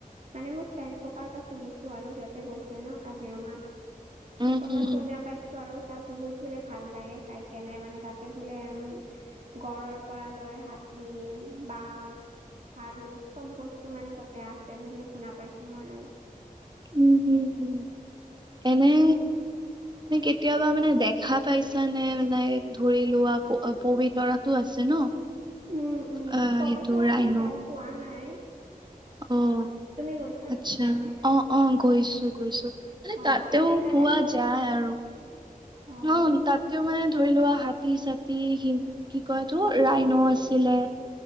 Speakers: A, on the right; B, on the right.
A: মানে মোৰ ফ্ৰেণ্ডছ সোপাৰপৰা পৰা শুনিছো আৰু সিহঁতে গৈছিল ন কাজিৰঙাত।
B: উম
A: ত
B: হম
A: মই শুনা পাইছো। আৰু তাত বহুত বোলে ভাল লাগে চাই কেনে মানে তাতে বোলে উম, গঁড়ৰ পৰা লৈ হাতী, বাঘ, আলু চব বস্তু মানে তাতে আছে বুলি শুনা পাইছো মই আৰু।
B: উম, হম-হম এনে মানে কেতিয়াবা মানে দেখা পাইছানে নাই ধৰি লোৱা পবিতৰাতো আছে ন',
A: উম, উম,
B: অ
A: পবিতৰাত
B: সেইটো ৰাইন'
A: মই যাই পোৱা নাই।
B: অ',
A: তুমি গৈছা
B: আচ্ছা,
A: নেকি যাই কেনে?
B: অ, অ, গৈছো-গৈছো। মানে
A: অ'
B: তাতেও
A: কেনেকা
B: পুৱা
A: লাগিছিল
B: যাই আৰু
A: অ'
B: ন তাতেও মানে ধৰি লোৱা হাতী চাতী কি কয় এইতো ৰাইন' আছিলে।